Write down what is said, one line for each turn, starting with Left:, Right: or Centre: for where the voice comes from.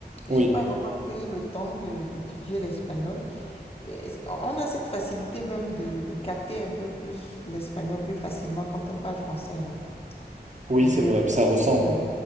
Left: J'ai
Right: Oui,
Left: pas vraiment pris le temps de, d'étudier l'espagnol. Et On a cette facilité même de, de capter un peu plus l'espagnol plus facilement quand on parle français, hein.
Right: oui,
Left: Je...
Right: c'est vrai, ça ressemble.
Left: ouais.